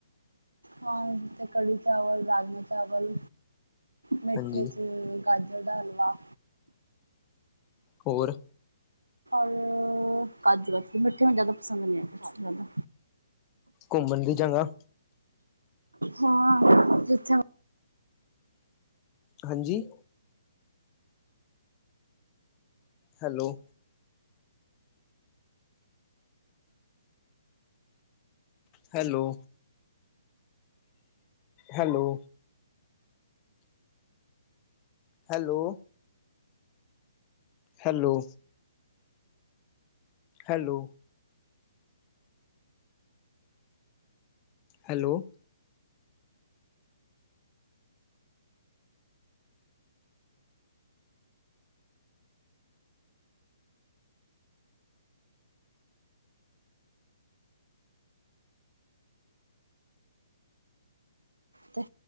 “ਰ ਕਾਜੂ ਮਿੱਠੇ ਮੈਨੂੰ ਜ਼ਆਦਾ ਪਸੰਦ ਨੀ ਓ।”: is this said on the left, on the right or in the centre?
Right